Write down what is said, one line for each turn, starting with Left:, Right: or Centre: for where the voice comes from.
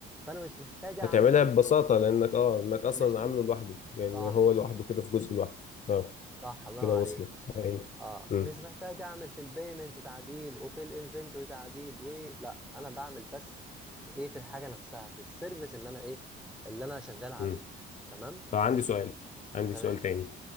Centre: فانا مش محتاج اعمل
Left: هتعملها ببساطه لانك اه انك اصلا
Centre: مش
Left: عامله
Centre: م-
Left: لوحده يعني
Centre: صح
Left: هو لوحده
Centre: صح
Left: كده في جزء لوحده اه
Centre: صح الله
Left: كده وصلت
Centre: عليك
Left: ايوه
Centre: اه
Left: مم.
Centre: مش محتاج اعمل في البيمنتس تعديل وفي الانفنتوري تعديل ولا انا بعمل بس في ايه في الحاجه نفسها في السيرفيس اللي انا ايه اللي انا شغال عليه
Left: مم.
Centre: تمام
Left: طب عندي سؤال عندي
Centre: تمام
Left: سؤال تاني